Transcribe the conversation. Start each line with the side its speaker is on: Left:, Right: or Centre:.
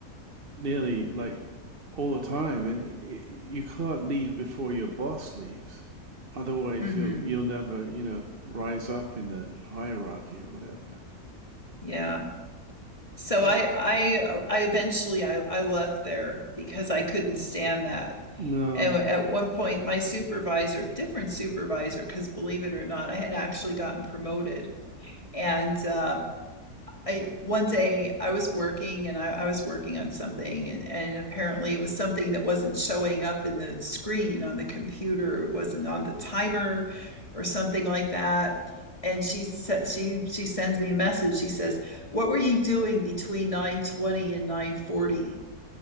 Right: nearly like all the time, and y- y- you can't leave before your boss leaves. Otherwise,
Left: Mhm.
Right: you'll you'll never, you know, rise up in the hierarchy or whatever.
Left: Yeah. So
Right: Mm.
Left: I I I eventually I I left there because I couldn't stand that.
Right: No.
Left: And at one point my supervisor, different supervisor, because believe it or not, I had actually gotten promoted and uh I one day I was working and I, I was working on something and, and apparently it was something that wasn't showing up in the screen on the computer, wasn't on the timer or something like that. And she sa- she she sends me a message. She says, "What were you doing between 9:20 and 9:40?"